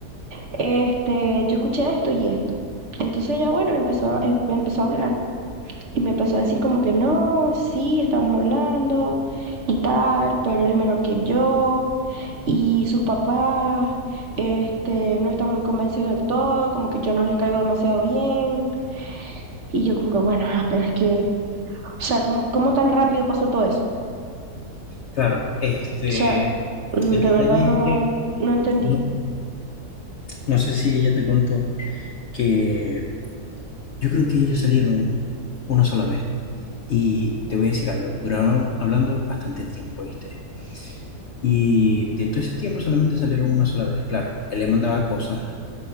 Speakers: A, on the right; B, on the left.
A: Este, yo escuché esto y esto. Entonces ella, bueno, empezó, a- em- empezó a hablar. Y me empezó a decir como que no, sí, estamos hablando y tal, pero él es menor que yo y sus papás, este, no están muy convencidos del todo, como que yo no les caigo demasiado bien. Y yo como que, bueno, ah, pero es que, o sea, ¿cómo, cómo tan rápido pasó todo eso?
B: claro. Este,
A: O sea, mm,
B: el
A: de
B: detalle
A: verdad no,
B: es que
A: no entendí.
B: no, no sé si ella te contó que yo creo que ellos salieron una sola vez. Y te voy a decir algo, duraron hablando bastante tiempo, ¿viste? Y de todo ese tiempo solamente salieron una sola vez. Claro, él le mandaba cosas